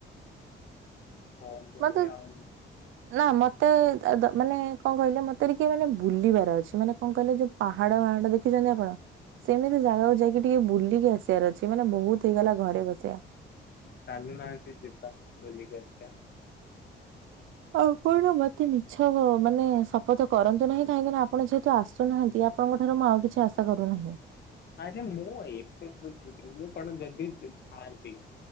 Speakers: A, on the left; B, on the right.
A: <unintelligible>
B: ମତେ
A: ଆଉ
B: ନା ମତେ ମାନେ କଣ କହିଲେ, ମତେ ଟିକେ ମାନେ ବୁଲିବାର ଅଛି, ମାନେ କଣ କହିଲେ ଯୋଉ ପାହାଡ ଫାହାଡ ଦେଖିଛନ୍ତି ଆପଣ। ସେମିତି ଜାଗାକୁ ଯାଇକି ଟିକେ ବୁଲିକି ଆସିବାର ଅଛି, ମାନେ ବହୁତ ହେଇଗଲା ଘରେ ବସିବା।
A: ଚାଲୁନାହାନ୍ତି ଯିବା ବୁଲିକି ଆସିଆ।
B: ଆପଣ ମତେ ମିଛ ମାନେ ଶପଥ କରନ୍ତୁ ନାହିଁ, କାହିଁକି ନା ଆପଣ ଯେହେତୁ ଆସୁନାହାନ୍ତି ତମଠାରୁ ମୁଁ ଆଉ କିଛି ଆଶା କରୁନାହିଁ।
A: ଆରେ ମୁଁ ଏବେ ମୁଁ କଣ ଯଦି ଥାଆନ୍ତି?